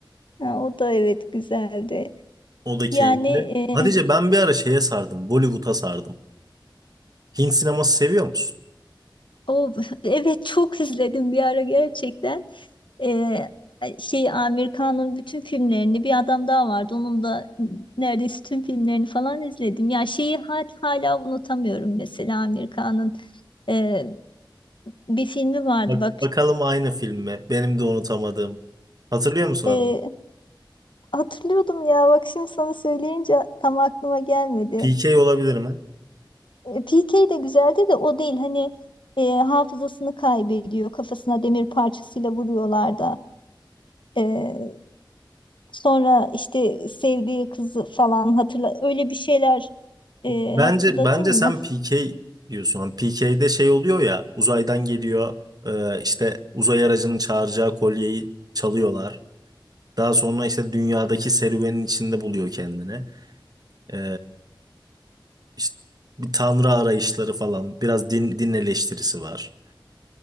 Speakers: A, on the left; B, on the right.
A: Ha, o da evet güzeldi.
B: O da keyifli.
A: Yani e,
B: Hatice ben bir ara şeye sardım. Bollywood'a sardım. Hint sineması seviyor musun?
A: o <laughs> evet çok izledim bir ara gerçekten. E, şey Amir Khan'ın bütün filmlerini bir adam daha vardı. Onun da neredeyse tüm filmlerini falan izledim. Ya şeyi ha- hala unutamıyorum mesela Amir Khan'ın e, bir filmi vardı
B: Bak,
A: bak.
B: bakalım aynı film mi? Benim de unutamadığım. Hatırlıyor musun
A: E,
B: adını?
A: hatırlıyordum ya bak şimdi sana söyleyince tam aklıma gelmedi.
B: PK olabilir mi?
A: E, PK de güzeldi de o değil. Hani e, hafızasını kaybediyor. Kafasına demir parçasıyla vuruyorlar da. E, sonra işte sevdiği kızı falan hatırla. Öyle bir şeyler e,
B: Bence
A: hatırladın
B: bence
A: mı?
B: sen PK diyorsun. PK'de şey oluyor ya uzaydan geliyor e, işte uzay aracının çağıracağı kolyeyi çalıyorlar. Daha sonra işte dünyadaki serüvenin içinde buluyor kendini. E, işte bir tanrı arayışları falan biraz din, din eleştirisi var.